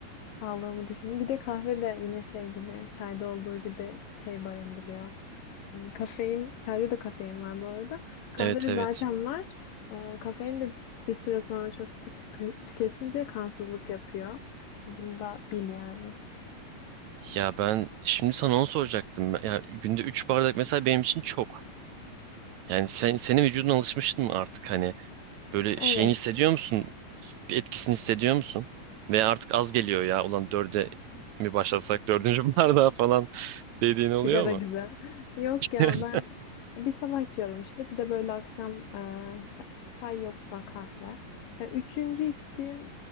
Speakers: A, on the left; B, on the right.
A: sağlığımı düşünün. Bir de kahve de yine şey gibi, çayda olduğu gibi şey barındırıyor. Hmm, Kafein, çayda da kafein var bu arada. Kahvede
B: Evet evet.
A: zaten var. E, kafein de bir süre sonra çok sık tü- tüketince kansızlık yapıyor. Bunu da bil yani.
B: Ya ben şimdi sana onu soracaktım. Ya günde 3 bardak mesela benim için çok. Yani sen senin vücudun alışmıştın mı artık hani böyle
A: Evet.
B: şeyini hissediyor musun? Bir etkisini hissediyor musun? Ve artık az geliyor ya. Ulan dörde mi başlasak dördüncü <laughs> bardağa falan dediğin oluyor
A: Sigara gibi. Yok ya
B: <laughs>
A: ben
B: Hı
A: bir sabah içiyorum işte. Bir de böyle akşam e, ça- çay yoksa kahve. E, üçüncü içtiğim